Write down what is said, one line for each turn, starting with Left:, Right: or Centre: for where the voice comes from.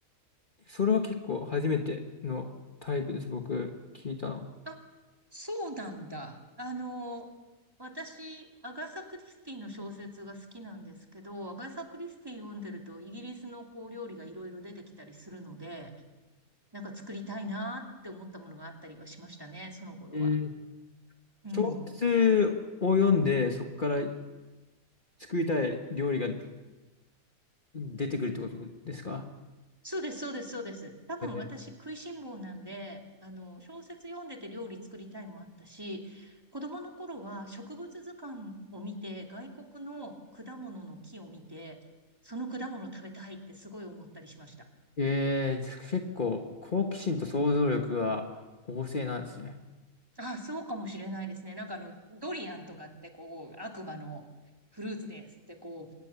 Left: ら、それは結構初めてのタイプです、僕、聞いたの。
Right: あ、そうなんだ。あの、私、アガサ・クリスティの小説が好きなんですけど、アガサ・クリスティ読んでると、イギリスのこう料理がいろいろ出てきたりするので、なんか作りたいなーって思ったものがあったりはしましたね、その頃は。
Left: えー、
Right: うん。
Left: 小説を読んで、そこから作りたい料理が出てくるってことですか
Right: そうです、そうです、そうです。多分私食いしん坊なんで、
Left: えー、
Right: あの、小説読んでて料理作りたいもあったし、子供の頃は植物図鑑を見て、外国の果物の木を見て、その果物食べたいってすごい思ったりしました。
Left: えー結構、好奇心と想像力が旺盛なんですね。
Right: ああ、そうかもしれないですね。なんかあの、ドリアンとかってこう、悪魔のフルーツですってこ